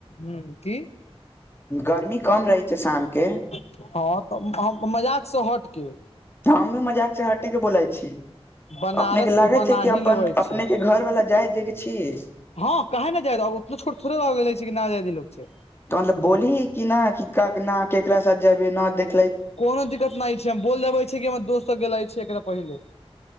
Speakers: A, on the left; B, on the left.
A: ह की
B: गर्मी कम रहै छै शामके
A: हँ तऽ मजाक से हटके
B: हमी मजाक से हटी के बोलै छी
A: बनारस
B: अपनेके लागैत
A: के बना
B: हे कि
A: ही
B: अपन
A: लेबे
B: अपनेके
A: छै
B: घरवलाा जाय देय के छीिय
A: हँ के ने जाय ओतना छोट थोड़े रह गेले छै कि न जायद लोक छै
B: तऽ मतलब बोली कि नहि कि न ककरा साथ जाब न देख
A: कोनो दिक्कत नहि छै हम बोल देबै छिय कि हमर दोस्तसभ गेलिय एकरा पहिले